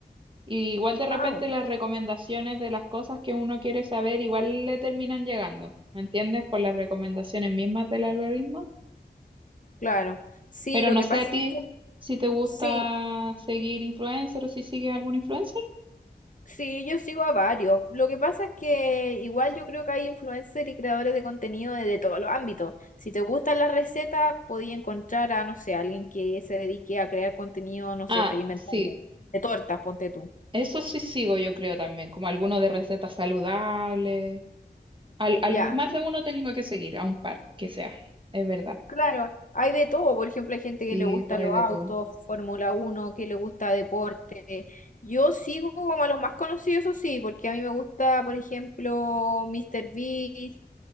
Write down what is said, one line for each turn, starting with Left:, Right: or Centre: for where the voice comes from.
Right: Y igual de repente
Left: Ah, bueno.
Right: las recomendaciones de las cosas que uno quiere saber igual le terminan llegando, ¿me entiendes? Por las recomendaciones mismas del algoritmo.
Left: Claro. Sí,
Right: Pero
Left: lo
Right: no
Left: que
Right: sé
Left: pasa,
Right: a ti si te gusta
Left: sí,
Right: seguir influencer o si sigues algún influencer.
Left: sí, yo sigo a varios. Lo que pasa es que igual yo creo que hay influencers y creadores de contenido de, de todos los ámbitos. Si te gustan las recetas, podía encontrar a, no sé, alguien que se dedique a crear contenido, no
Right: Ah,
Left: sé, estoy inventando,
Right: sí,
Left: de tortas, ponte tú.
Right: eso sí sigo yo creo también, como alguno de recetas saludables. Al, algún,
Left: Ya.
Right: más de uno tengo que seguir, a un par que sea, es verdad.
Left: Claro, hay de todo, por ejemplo, hay gente
Right: Sí,
Left: que le gusta
Right: pues
Left: los
Right: hay de
Left: autos,
Right: todo.
Left: Fórmula Uno, que le gusta deporte. Yo sigo como a los más conocidos, eso sí, porque a mí me gusta, por ejemplo, Mr. Beast,